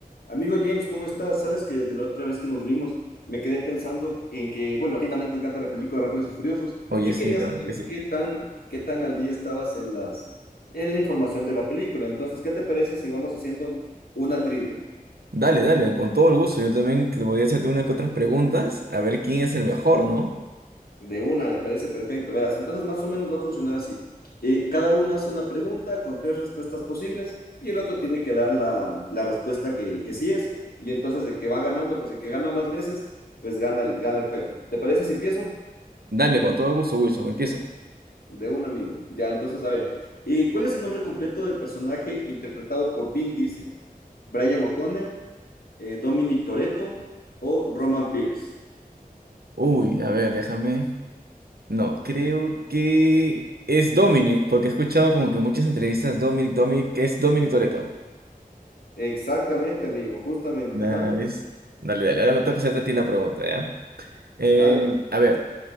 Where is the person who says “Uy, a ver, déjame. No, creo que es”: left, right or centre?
Right